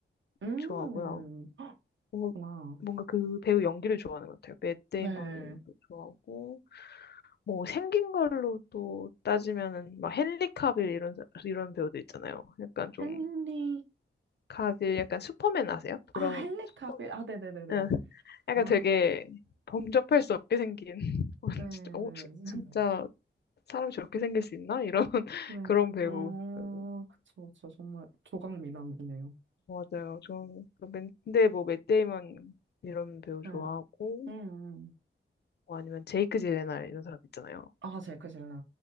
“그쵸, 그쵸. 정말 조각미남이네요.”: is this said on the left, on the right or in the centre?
Right